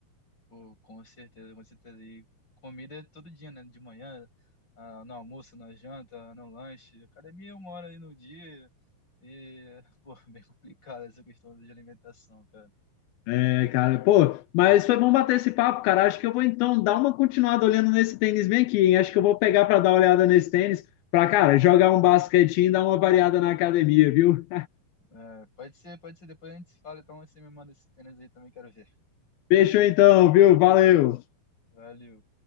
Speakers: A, on the left (about 25°); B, on the left (about 80°).
A: pô, com certeza, com certeza. E comida é todo dia, né? De manhã, ah, no almoço, na janta, no lanche. Academia é uma hora aí no dia. E, pô, <laughs> bem complicada essa questão de alimentação, cara.
B: É, cara, pô, mas foi bom bater esse papo, cara. Acho que eu vou então dar uma continuada olhando nesse tênis bem aqui, hein? Acho que eu vou pegar para dar uma olhada nesse tênis, para, cara, jogar um basquetinho e dar uma variada na academia, viu?
A: É, pode ser, pode ser. Depois a gente se fala, então você me manda esse tênis aí também, quero ver.
B: Fechou então, viu? Valeu!
A: Valeu.